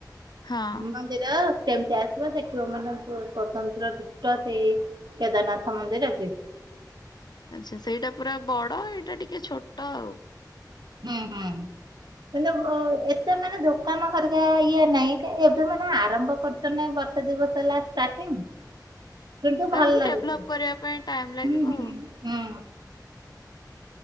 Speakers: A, on the left; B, on the right.
A: ହଁ
B: ମନ୍ଦିର ସେମତିଆ ଦେଖିବ ମାନେ ସ୍ଵତନ୍ତ୍ର ଡିଟୋ ସେଇ କେଦାରନାଥ ମନ୍ଦିର ଅଛି।
A: ଆଚ୍ଛା। ସେଇଟା ପୁରା ବଡ ଏଇଟା ଟିକେ ଛୋଟ ଆଉ।
B: ହୁଁ ହୁଁ, କିନ୍ତୁ ଏତେ ମାନେ ଦୋ ଦୋକାନ ହେରିକା ଇଏ ନାଇଁ, କାଇଁ ଏବେ ମାନେ ଆରମ୍ଭ କରୁଛ ନାଇଁ ବର୍ଷେ ଦି ବର୍ଷ ହେଲା ଷ୍ଟାର୍ଟିଂ କିନ୍ତୁ ଭଲ
A: ଆଉ ବି
B: ଲାଗୁଛି।
A: ଡେଭଲପ କରିବା ପାଇଁ ଟାଇମ ଲାଗିବ
B: ହୁଁ ହୁଁ
A: ଆଉ।
B: ହୁଁ।